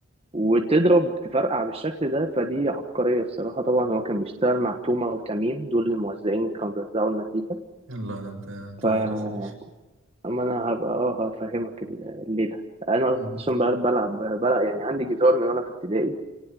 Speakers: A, on the right; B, on the right.
A: وتضرب تفرقع بالشكل ده فدي عبقرية الصراحة طبعا هو كان بيشتغل مع تومة وتميم دول الموزعين اللي كانوا بيوزعوا المزيكا
B: يلا ده انت انت
A: ف
B: دارس يا باشا
A: اما انا هبقى اه هفهمك ال- الليله انا
B: مم.
A: اصلا بل- بلعب بلعب يعني عندي جيتار من وانا في ابتدائي